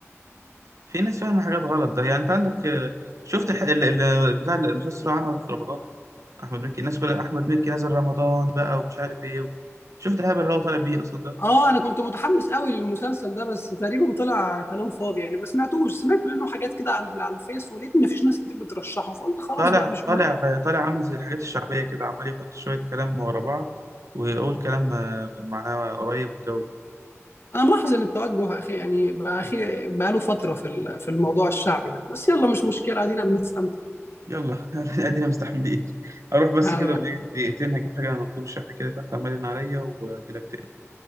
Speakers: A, on the right; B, on the left.
A: في ناس فاهمة حاجات غلط ده يعني أنت عندك آه، شفت الح... ال... ال... بتاع المسلسل اللي عمله في رمضان أحمد مكي الناس كلها أحمد مكي نزل رمضان بقى ومش عارف إيه شفت الهبل اللي هو طالع بيه أصلا ده
B: اه انا كنت متحمس قوي للمسلسل ده بس تقريبا طلع كلام فاضي يعني ما سمعتوش سمعت منه حاجات كده على على الفيس ولقيت ما فيش ناس كتير بترشحه فقلت خلاص
A: طالع
B: بقى مش
A: طالع
B: مهم
A: طالع عامل زي الحاجات الشعبية كده عمال يحط شوية كلام ورا بعض ويقول كلام آه، معناه قريب والجو ده
B: انا ملاحظ ان التوجه اخي يعني بقى اخي بقى له فتره في ال- في الموضوع الشعبي ده بس يلا مش مشكله ادينا بنستمتع
A: يلا <laughs> ادينا مستحملين اروح بس
B: على
A: كده
B: رأيك
A: بإيه، دقيقتين هجيب حاجة من مندوب الشحن كده تحت عمال يرن عليا واجيلك تاني